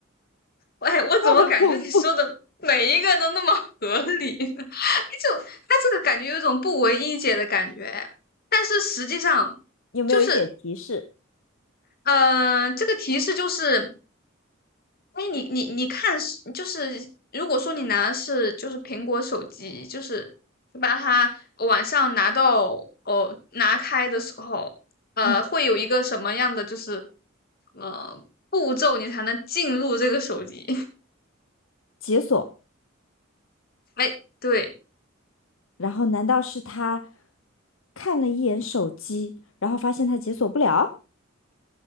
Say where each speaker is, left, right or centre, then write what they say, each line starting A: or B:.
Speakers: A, on the left; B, on the left.
A: 喂，我怎么感觉你说的每一个都那么合理呢？
B: 就很恐怖。
A: <laughs> 就他这个感觉有一种不唯一解的感觉，但是实际上
B: 有没有一点提示？
A: 就是，呃，这个提示就是哎，你你你看是就是，如果说你拿的是就是苹果手机，就是你把它晚上拿到哦拿开的时候，呃，
B: 嗯，
A: 会有一个什么样的就是呃步骤你才能进入这个手机？<laughs>
B: 解锁。
A: 哎，对，
B: 然后难道是他看了一眼手机，然后发现他解锁不了？